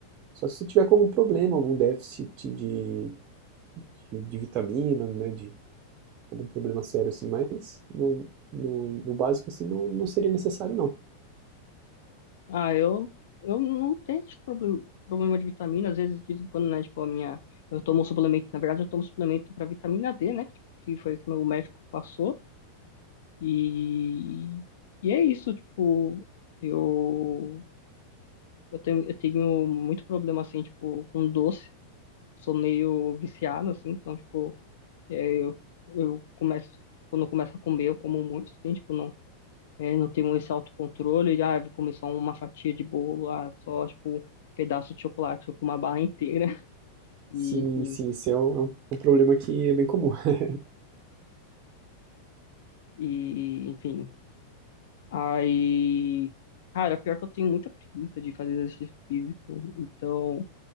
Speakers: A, on the right; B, on the left.
A: Só se você tiver com algum problema, algum déficit de, de, de vitamina, né, de algum problema sério assim, mas no, no, no básico assim não, não seria necessário, não.
B: Ah, eu, eu não tenho acho, problema, problema de vitamina, às vezes, de vez em quando, né? Tipo, a minha. Eu tomo um suplemento, na verdade, eu tomo suplemento para vitamina D, né? Tipo, Que foi o que meu médico passou. E, e é isso, tipo, eu, eu tenho, eu tenho muito problema, assim, tipo, com doce. Sou meio viciado, assim, então, tipo, é, eu, eu começo, quando eu começo a comer, eu como muito, assim, tipo, não, é, não tenho esse autocontrole de, ah, eu vou comer só uma fatia de bolo, ah, só, tipo, um pedaço de chocolate, eu como uma barra inteira, <laughs> e,
A: Sim,
B: enfim,
A: sim, isso é um, é um- um problema que é bem comum. <laughs>
B: e, enfim. Aí, cara, pior que eu tenho muita preguiça de fazer exercício físico, então...